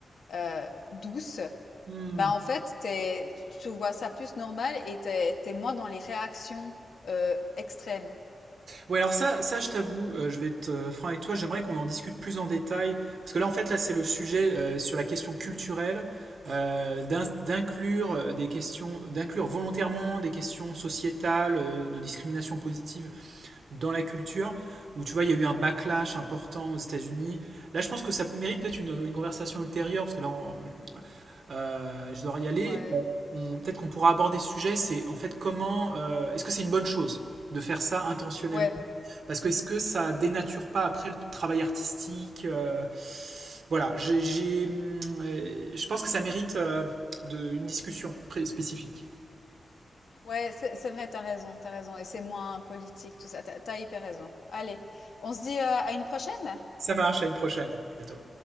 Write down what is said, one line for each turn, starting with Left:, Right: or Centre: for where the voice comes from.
Left: euh, douce,
Right: Hmm.
Left: bah, en fait, t'es, tu vois ça plus normal et t'es, t'es moins dans les réactions euh, extrêmes.
Right: Ouais, alors ça, ça je t'avoue, euh, je vais être euh, franc avec toi, j'aimerais qu'on en discute plus en détail, parce que là, en fait, là, c'est le sujet euh, sur la question culturelle, euh, d'in- d'inclure euh, des questions, d'inclure volontairement des questions sociétales, euh, de discrimination positive dans la culture, où tu vois, il y a eu un backlash important aux États-Unis. Là, je pense que ça mérite peut-être une, une conversation ultérieure, parce que là, on- euh, je dois y aller.
Left: Ouais,
Right: Euh, On- peut-être qu'on pourra aborder ce sujet, c'est en fait comment, euh, est-ce que c'est une bonne chose de faire ça intentionnellement?
Left: ouais,
Right: Parce que est-ce que ça dénature pas après le travail artistique euh, Voilà, j'ai, j'ai, hum, euh, je pense que ça mérite euh, de, une discussion pré- spécifique.
Left: ouais, c'est, c'est vrai, t'as raison, t'as raison. Et c'est moins politique, tout ça. T'as, t'as hyper raison. Allez, on se dit euh, à une prochaine?
Right: Ça marche, à une prochaine. À bientôt.